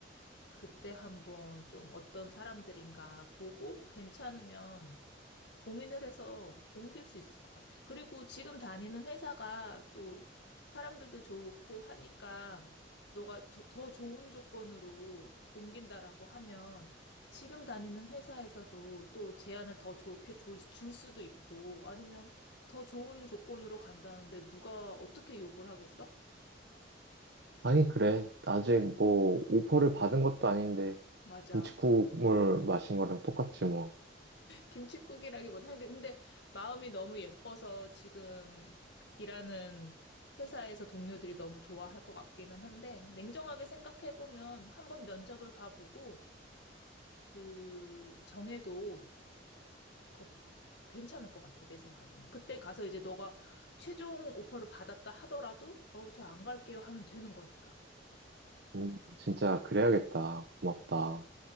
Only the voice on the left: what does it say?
그때 한번 좀 어떤 사람들인가 보고 괜찮으면 고민을 해서 옮길 수 있을 것 같아. 그리고 지금 다니는 회사가 또 사람들도 좋고 하니까 너가 저- 더 좋은 조건으로 옮긴다라고 하면 지금 다니는 회사에서도 또 제안을 더 좋게 줄, 줄 수도 있고 아니면 더 좋은 조건으로 간다는데 누가 어떻게 욕을 하겠어?
맞아.
김칫국이라기보다 하긴 근데 마음이 너무 예뻐서 지금 일하는 회사에서 동료들이 너무 좋아할 것 같기는 한데 냉정하게 생각해 보면 한번 면접을 봐보고 그 정해도 거- 괜찮을 것 같아 내 생각에는 그때 가서 이제 너가 최종 오퍼를 받았다 하더라도 어 저 안 갈게요 하면 되는 거니까.
어.